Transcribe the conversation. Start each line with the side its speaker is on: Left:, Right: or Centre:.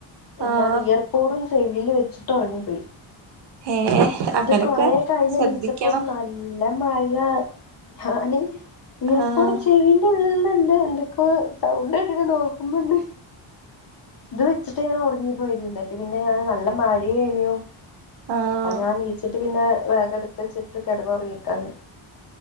Left: എന്താണ്
Right: ആഹ്
Left: ഇയർ <unintelligible> ചെവിയിൽ വെച്ചിട്ട് ഉറങ്ങിപ്പോയി
Right: ഏഹ്
Left: എന്നിട്ട്
Right: അങ്ങനൊക്കെ
Left: കൊറെ കഴിഞ്ഞണീച്ചപ്പം
Right: ശ്രദ്ധിക്കണം
Left: നല് നല്ല മഴ ഞാന് യർപോട്
Right: ആഹ്
Left: ചെവി ള്ളണ്ട് എന്തൊക്ക സൗണ്ട് കേട്ടിട്ട് നോക്കുമ്പോണ്ട് ഇത് വെച്ചിട്ട് ഞാൻ ഉറങ്ങിപ്പോയത് എന്നിട്ട് പിന്നെ ഞാൻ നല്ല മഴ ഏനു
Right: ആഹ്
Left: അപ്പ ഞാൻ നീച്ചിട്ട് പിന്നെ വേഗ എടുത്ത വച്ചിട്ട് കിടന്നുറങ്ങക്കാന്ന്